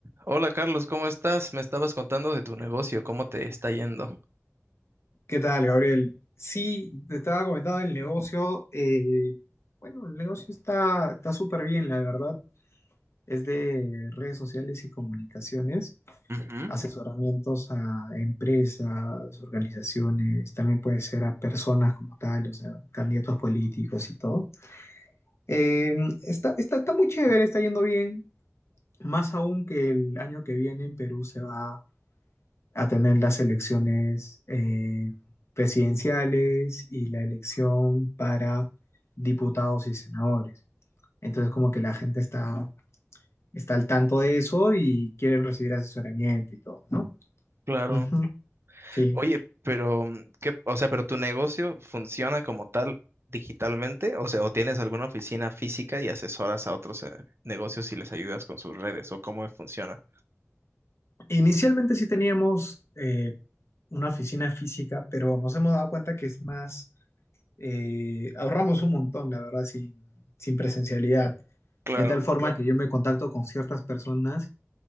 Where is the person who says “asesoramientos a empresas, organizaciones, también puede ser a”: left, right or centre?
Left